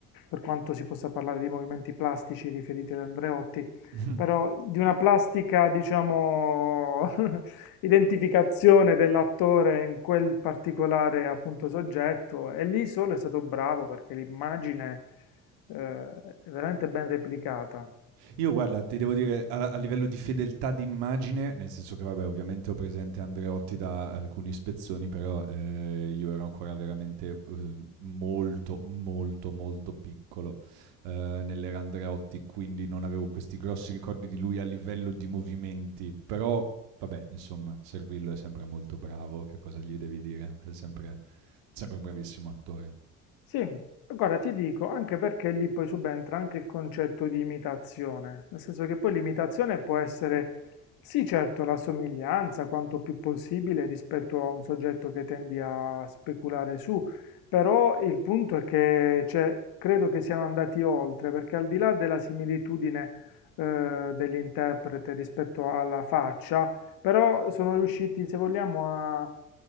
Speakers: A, on the left; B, on the right.
A: per quanto si possa parlare di movimenti plastici riferiti ad Andreotti,
B: <laughs>
A: però di una plastica, diciamo, <laughs> identificazione dell'attore in quel particolare appunto soggetto, e lì solo è stato bravo perché l'immagine eh, veramente ben replicata.
B: io guarda, ti devo dire, a, a livello di fedeltà d'immagine, Nel senso che, vabbè, ovviamente ho presente Andreotti da alcuni spezzoni, però eh, io ero ancora veramente eh, molto, molto, molto piccolo eh, nell'era Andreotti, quindi non avevo questi grossi ricordi di lui a livello di movimenti, però, vabbè, insomma, Servillo è sempre molto bravo, che cosa gli devi dire? È sempre sempre un bravissimo attore.
A: Sì, guarda, ti dico, anche perché lì poi subentra anche il concetto di imitazione, nel senso che poi l'imitazione può essere, sì, certo, la somiglianza quanto più possibile rispetto a un soggetto che tendi a speculare su, però il punto è che cioè, credo che siano andati oltre, perché al di là della similitudine eh, dell'interprete rispetto alla faccia, però sono riusciti, se vogliamo, a